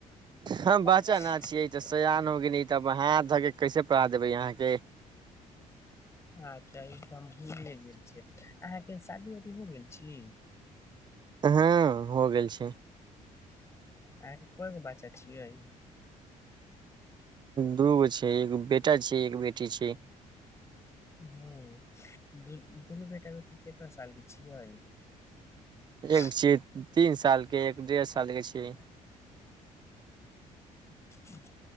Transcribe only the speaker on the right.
हम
बच्चा न
छियै तऽ
सयान
गेली तब हाथ धऽ के कैसे पढ़ा देबै अहाँके
हँ हो गेल छै। <unintelligible>
दू ब छै। <unintelligible> एकगो बेटा छै एक बेटी छै। <unintelligible>
एक छै
साल के एक डेढ़
के छै